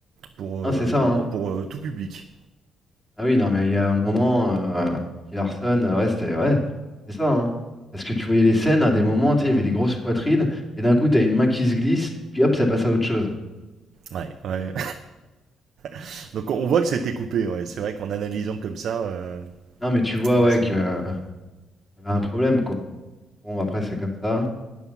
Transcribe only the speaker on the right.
pour,
euh,
vraiment pour euh, tout public.
Ouais. Ouais. <laughs> Donc on voit que c'était coupé, ouais. c'est vrai qu'en analysant comme ça, euh,
moi
c'est...
euh.